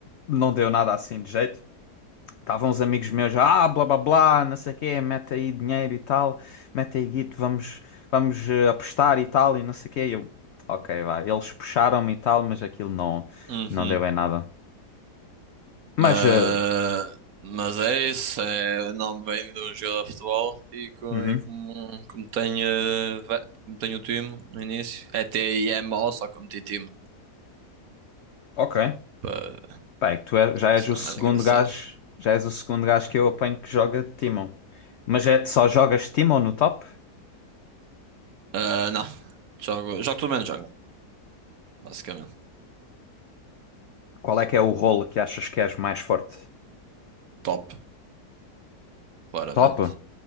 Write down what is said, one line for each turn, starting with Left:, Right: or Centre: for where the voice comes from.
Left: não deu nada assim de jeito. Estavam uns amigos meus, ah, blá blá blá, não sei o quê, mete aí dinheiro e tal, mete aí guito, vamos, vamos eh, apostar e tal, e não sei o quê. E eu, ok, vai. Eles puxaram-me e tal, mas aquilo não,
Right: uhum.
Left: não deu em nada. Mas,
Right: Mas,
Left: eh,
Right: mas é isso, é, o nome vem de um jogador de futebol e, co-
Left: uhum,
Right: e como, como tenho, eh, ve- como tenho o time no início, é T-I-M-O, só que eu meti time
Left: ok.
Right: para
Left: Bem, tu é- já
Right: uma
Left: és
Right: cena
Left: o segundo
Right: mais engraçada.
Left: gajo, já és o segundo gajo que eu apanho que joga Timon. Mas é, só jogas Timon no top?
Right: Ah, não, jogo, jogo tudo menos jungle, basicamente.
Left: Qual é que é o rolo que achas que és mais forte?
Right: Top, claramente.
Left: Top?